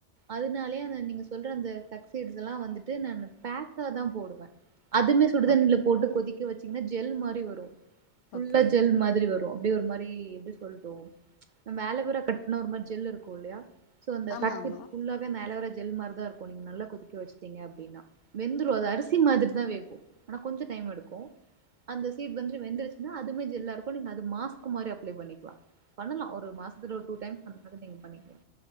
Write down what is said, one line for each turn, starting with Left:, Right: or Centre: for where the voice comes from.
Right: அதனாலயே அத நீங்க அந்த ப்ளக்சீட்ஸ்லா வந்துட்டு நானு பேக்கா தா போடுவே அதுமே சுடுதண்ணில
Left: ஓகே
Right: போட்டு கொதிக் வச்சீங்கனா ஜெல் மாரி வரும் ஃபுல்லா
Left: ஓகே
Right: ஜெல் மாதிரி வரும் அப்டியே ஒரு மாரி எப்டி எப்டி சொல்டும் நம்ம ஆலுவேரா கட் பண்ணா ஒரு மாரி ஜெல் இருக்கு இல்லயா சோ அந்த
Left: ஆமா
Right: பாக்கெட்
Left: ஆமா
Right: ஃபுல்லாவே அந்த ஆலோவேரா ஜெல் மாரி ருக் தா இருக்கு நீங்க நல்லா கொதிக்க வச்ட்டீங்க அப்டின்னா வெந்துரு அது அரிசி மாதிரி தான் வேகு ஆனா கொஞ்ச டைம் எடுக்கும் அந்த சீட் வந்து வெந்துடுச்சின்னா அதுமே ஜெல்லா இருக்கு நீங்க அது மாஸ்க்கு மாரி அப்ளே பண்ணிக்லா பண்ணலா ஒரு மாசத்துல டூ டைம் அந்த மாரி நீங்க பண்ணிகலா